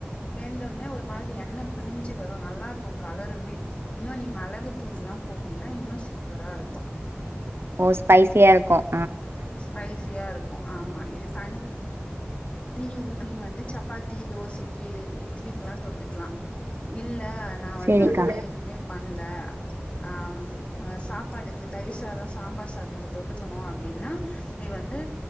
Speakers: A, on the left; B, on the right.
A: வெந் ந்த உடனே ஒரு மாதிரி எண்ணெய் பிரிஞ்சு வரும் நல்லா இருக்கும் கலருமே இன்னும் நீ மிளகு தூள்லா போட்டீன்னா இன்னும் சூப்பரா இருக்கும்
B: ஒ ஸ்பைசியா இருக்கும்
A: ஸ்பைசியா இருக்கும் ஆமா இது தண்ணி நீ ஊத்து நீ வந்து சப்பாத்தி தோசைக்கு இட்லிக்கு எல்லா தொட்டுக்கலா இல் இல்ல நான்
B: சேரிக்கா
A: வந்து அதெல்லா எதுமே பண்ணல ஆஹ் அஹ் சாப்பாட்டுக்கு தயிர் சாதம் சாம்பார் சாதத்துக்கு தொட்டுக்கணும் அப்படின்னா நீ வந்து